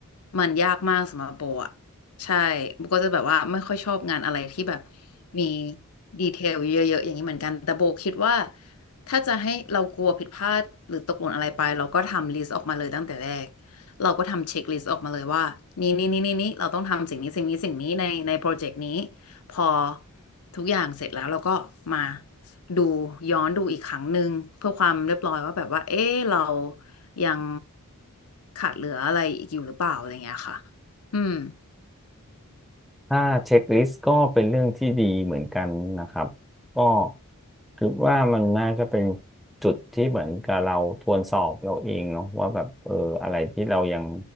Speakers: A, on the left; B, in the centre.
A: มันยากมากสำหรับโบอะใช่โบก็จะแบบว่าไม่ค่อยชอบงานอะไรที่แบบมีดีเทลเยอะๆอย่างนี้เหมือนกันแต่โบคิดว่าถ้าจะให้เรากลัวผิดพลาดหรือตกหล่นอะไรไปเราก็ทำลิสต์ออกมาเลยตั้งแต่แรกเราก็ทำเช็คลิสต์ออกมาเลยว่านี่นี่นี่นี่นี่เราต้องทำสิ่งนี้สิ่งนี้สิ่งนี้ในในโปรเจกต์นี้ พอทุกอย่างเสร็จแล้วเราก็มาดูย้อนดูอีกครั้งหนึ่งเพื่อความเรียบร้อยว่าแบบว่าเอ๊ะเรายังขาดเหลืออะไรอีกอยู่หรือเปล่าอะไรเงี้ยค่ะอืม
B: ถ้าเช็คลิสต์ก็เป็นเรื่องที่ดีเหมือนกันนะครับก็คิดว่ามันน่าจะเป็นจุดที่เหมือนกับเราทวนสอบเราเองเนาะว่าแบบเอออะไรที่เรายัง